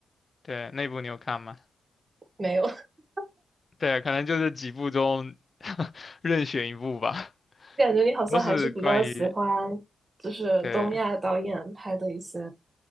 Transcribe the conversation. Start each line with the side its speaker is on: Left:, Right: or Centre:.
Left: 对，那部你有看吗？
Right: 没有，<laughs>
Left: 对，可能就是几部中任选一部吧，
Right: 感觉你好像还是比较喜欢，
Left: 都是关于
Right: 就是东亚导演拍的一些，
Left: 对，